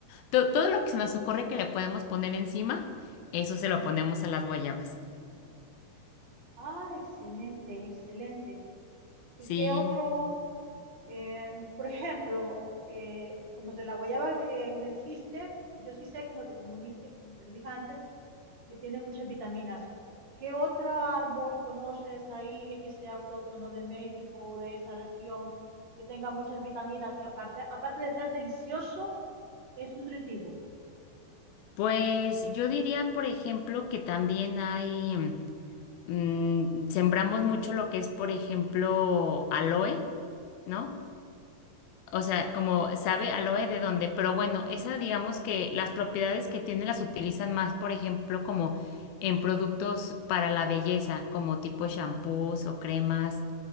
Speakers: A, on the left (about 75°); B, on the right (about 30°).
A: to- todo lo que se nos ocurre que le podemos poner encima, eso se lo ponemos a las guayabas.
B: Ah, excelente, excelente. ¿Y
A: Sí,
B: qué otro? Em, por ejemplo, eh, como de la guayaba eh, me dijiste, yo sí sé, como te, como dije, te lo dije antes, que tienen muchas vitaminas. ¿Qué otro árbol conoces ahí que sea autóctono de México o de esa región, que tenga muchas vitaminas, que aparte, aparte de ser delicioso, es nutritivo?
A: pues yo diría, por ejemplo, que también hay, mm, sembramos mucho lo que es, por ejemplo, aloe, ¿no? O sea, como sabe aloe de dónde, pero bueno, esa digamos que las propiedades que tiene las utilizan más, por ejemplo, como en productos para la belleza, como tipo shampoos o cremas